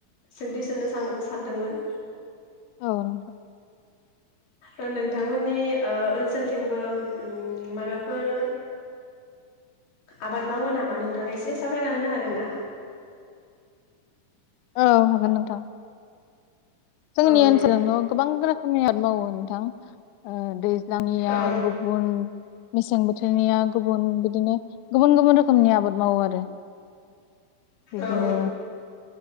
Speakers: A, on the left; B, on the left.
A: सोंथि सोंनो सां सान्दोंमोन
B: औ नों
A: ओ नोंथांमोननि ओ ओनसोलथिंबो उम मायबाफोर आबाद मावो नामा नोंथाङा एसे सावरायना होनो हागोन ना?
B: औ हागोन नोंथां। जोंनि
A: औ
B: ओनसोलजोंथ'
A: दे
B: गोबां रोखोमनि <unintelligible> मावो। नोंथां ओ दै लाङियां
A: औ
B: गुबुन मेसें बोथोरनिया गुबुन बिदिनो गुबुन गुबुन रोखोमनि आबाद मावो आरो बिदिनो
A: औ